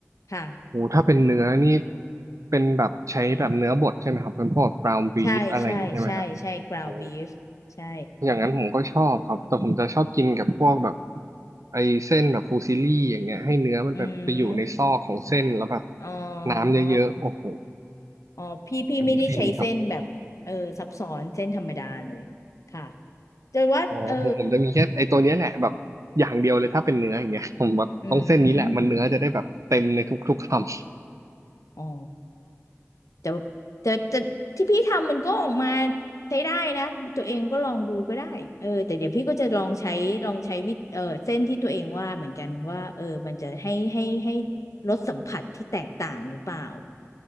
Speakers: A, on the left; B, on the right.
A: ค่ะ
B: โหถ้าเป็นเนื้อนี่เป็นแบบใช้แบบเนื้อบดใช่ไหมครับเป็นพวก ground beef
A: ใช่ใช่ใช่ใช่กราวบีฟใช่
B: อะไรอย่างนี้ใช่ไหมครับโอ้อย่างนั้นผมก็ชอบครับแต่ผมจะชอบกินกับพวกแบบไอ้เส้นแบบฟูซิลลี่อย่างเงี้ยให้เนื้อมันแบบไปอยู่ในซอกของเส้นแล้วแบบ
A: อืมอ๋อ
B: น้ำเยอะๆโอ้โห
A: อ๋อพี่พี่ไม่ได้ใช้เส้นแบบเออซับซ้อนเส้นธรรมดาเลยค่ะ
B: อันนี้ฟินครับ
A: แต่ว่าเออ
B: อ๋อผมผมจะมีแค่ไอ้ตัวเนี้ยแหละแบบอย่างเดียวเลยถ้าเป็นเนื้ออย่างเงี้ยผมแบบต้องเส้นนี้แหละมันเนื้อจะได้แบบเต็มในทุกๆคำ
A: อืมอ๋อแต่แต่แต่ที่พี่ทำมันก็ออกมาใช้ได้นะตัวเองก็ลองดูก็ได้เออแต่เดี๋ยวพี่ก็จะลองใช้ลองใช้วิเออเส้นที่ตัวเองว่าเหมือนกันว่าเออมันจะให้ให้ให้รสสัมผัสที่แตกต่างหรือเปล่า